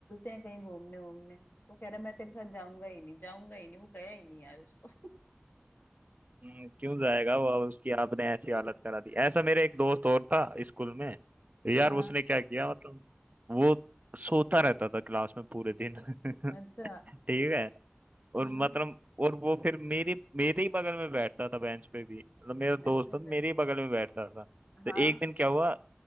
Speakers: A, on the left (about 50°); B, on the right (about 40°).
A: हैं कहीं घूमने वूमने वो कह रहा मैं तेरे साथ जाऊंगा ही नहीं जाऊंगा ही नहीं वो गया ही नहीं यार उसको
B: हम्म, क्यों जाएगा वो अब उसकी
A: <laughs>
B: आपने ऐसी हालत करा दी ऐसा मेरे एक दोस्त और था स्कूल में यार
A: हाँ
B: उसने क्या किया मतलब वो सोता रहता था क्लास में पूरे दिन <laughs>
A: अच्छा
B: ठीक है और
A: हम्म
B: मतलब और वो फिर मेरे मेरे ही बगल में बैठता था बेंच पे भी मतलब मेरा दोस्त
A: अच्छा अच्छा
B: था तो मेरे ही बगल में बैठता था तो
A: हाँ
B: एक दिन क्या हुआ